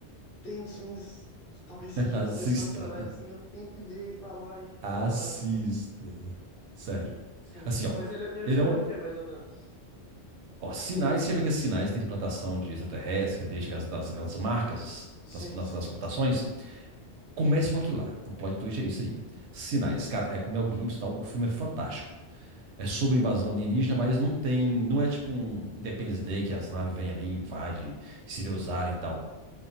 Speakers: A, on the left; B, on the right.
A: tem os filmes que talvez
B: <laughs>
A: sejam sensacionais,
B: assista.
A: assim, eu tenho que ver e tá lá e, tipo,
B: Assista.
A: tá parado, eu tenho que...
B: Sério.
A: Sim,
B: Assim, ó.
A: mas ele, é- ele é
B: Ele
A: sobre
B: é um,
A: o quê, mais ou menos?
B: Ó, sinais, você já viu que sinais que tem de plantação de extraterrestre, que deixa aquelas, das- aquelas marcas
A: Sim,
B: nas, nas-
A: sim.
B: nas plantações? comece com aquilo lá. O plot twist é isso aí. Sinais. Cara, é com o Mel Gibson e tal. O filme é fantástico. É sobre invasão alienígena, mas não tem. Não é tipo um Independence Day que as naves vêm ali, invadem, e se
A: Uhum,
B: vê usarem e tal.